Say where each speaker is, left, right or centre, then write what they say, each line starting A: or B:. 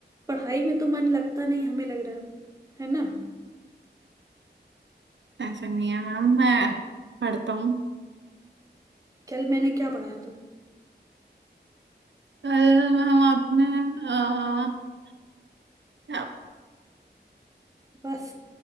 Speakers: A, on the right; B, on the right.
A: पढ़ाई में तो मन लगता नहीं हमें लग रहा है ना
B: ऐसा नहीं है मैम मैं पढ़ता हूँ
A: कल मैंने क्या पढ़ाया था
B: कल मैम आपने अ, क्या-
A: बस